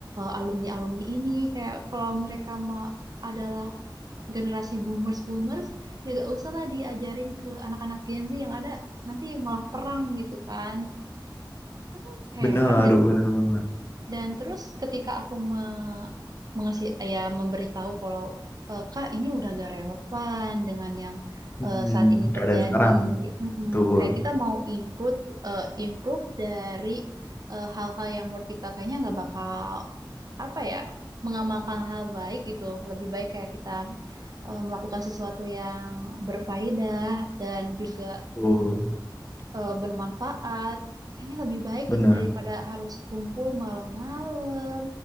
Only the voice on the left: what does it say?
Bener,
bener banget.
Mm-mm.
Keadaan
sekarang.
Betul.
Betul.
Bener.